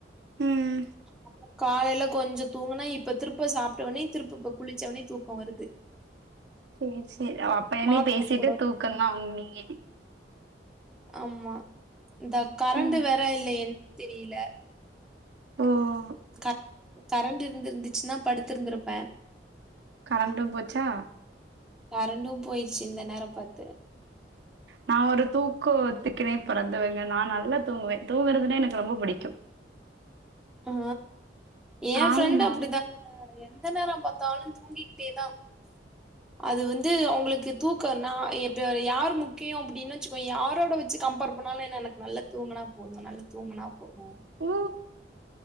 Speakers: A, on the right (about 75°); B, in the centre.
A: ம்
B: அப்பறோ காலையில கொஞ்சோ தூங்குனா இப்ப திருப்ப சாப்ட்டவோனே திரும்ப இப்ப குளிச்சோனே தூக்கோ வருது
A: சேரி சேரி அப்ப இனி
B: மாத்தாப்போட
A: பேசிட்டு தூக்கோ தா உ நீங்க
B: ஆமா இந்த கரண்ட்
A: ம்
B: வேற இல்லயேன்னு தெரியல
A: ஓ ஓ
B: க கரண்டு இருந்துச்சுன்னா படுத்துருந்துருப்பே
A: கரண்டும் போச்சா
B: கரண்டும் போயிருச்சு இந்த நேரோ பாத்து
A: நா ஒரு தூக்கோ ஒத்துக்குனே பெறந்துவங்க நா நல்லா தூங்குவே தூங்குறதுன்னா எனக்கு ரொம்ப புடிக்கு
B: ஆ எ
A: ஆமா
B: ஃப்ரெண்டு் அப்டிதா ஆ எந்த நேரோ பாத்தாலு தூங்கிக்கிட்டே தா அது வந்து அவங்களுக்கு தூக்கோ நா இப்ப யாரு முக்கியோ அப்டின்னு வச்சிங் இப்போ யாரோட வச்சு கம்பேர் பண்ணாலு எனக்கு நல்லா தூங்குனா போது நல்ல தூங்குனா போது
A: ஓ